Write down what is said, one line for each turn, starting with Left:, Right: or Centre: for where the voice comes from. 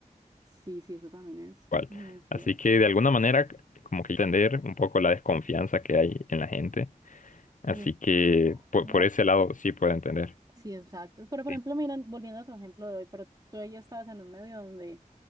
Right: Sí, sí, eso también es
Left: cual.
Right: muy cierto.
Left: Así que de alguna manera, como que entender un poco la desconfianza que hay en la gente. Así
Right: Y es que,
Left: que
Right: no,
Left: por,
Right: no,
Left: por ese lado sí puedo entender.
Right: sí, exacto. Pero, por
Left: Sí.
Right: ejemplo, mira, volviendo a tu ejemplo de hoy, pero tú ahí estabas en un medio donde